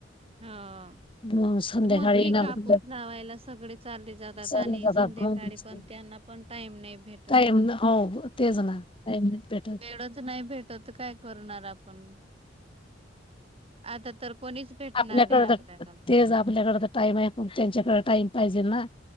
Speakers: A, on the right; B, on the left.
A: हा.
B: मग संध्याकाळी
A: तर मग की
B: येणार
A: कापूस
B: होत्या.
A: लावायला सगळे चालले जातात
B: चालले
A: आणि
B: जातात
A: संध्याकाळी
B: मग
A: पण त्यांना पण टाईम नाही भेटत
B: टाईम न हो तेच ना टाईम नाही भेटत.
A: वेळच नाही भेटत त. काय करनार आपण आता तर कोणीच भेटणार
B: आपल्याकडे
A: नाही आपल्याला.
B: तर तेच आपल्याकडे तर टाईम आहे पण त्यांच्याकडे टाइम पाहिजे ना.